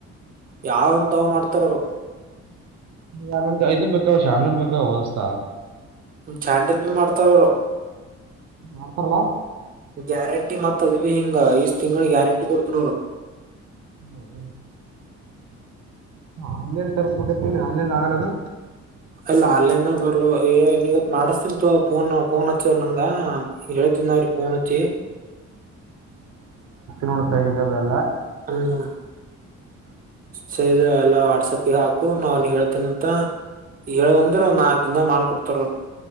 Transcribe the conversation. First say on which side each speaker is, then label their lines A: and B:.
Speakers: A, on the right; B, on the right.
A: ಯಾವಂತಾವ ಮಾಡ್ತಾರ ಅವರು
B: ನನಗ ಇದು ಬೇಕಾವ ಶ್ಯಾಂಡಲ್ ಬೇಕಾಗ್ಯಾವು ದೋಸ್ತಾ
A: ಚಾಂಡಿಲ್ ಭೀ ಮಾಡ್ತಾರರು
B: ಮಾಡ್ತಾರಲ್ಲಾ
A: ಗ್ಯಾರಂಟಿ ಮತ್ತ ಅದುಬಿ ಹಿಂಗ ಇಷ್ಟ್ ತಿಂಗಳ ಗ್ಯಾರಂಟಿ ಕೊಡ್ತರ ಅವರು
B: ಹುಹು ಆನ್ಲೈನ್ ತರಿಸಬೇಕಂತೆಳಿ ಆನ್ಲೈನ್ ಆಗಲ್ಲನ
A: ಅಲ್ಲ ಆನ್ಲೈನ್ದಾಗ ಬರ್ಲ ಏ ನಿವತ್ತ ಮಾಡಿಸ್ತೇನಿತೋ ಫೋನ್ ಫೋನ್ ಹಚ್ಚ ನಂಗ ಹೇಳಿದ್ ತಿನವರಿಗೆ ಫೋನ್ ಹಚ್ಚಿ
B: ನೋಡತಾಇದೇವಿ ಇದವೆಲ್ಲಾ
A: ಹ ಅಣ್ಣಾ ಸರಿ ಆತ ಇಲ್ಲ ವಾಟ್ಸ್ಪ್ ಹಾು ನ ಅವ ಹೇಳ್ತೇನ ಅಂತ ಹೇಳದ ಅಂದ್ರೆ ಒ ನಾಕ ಮಾಡ ತರೋರ್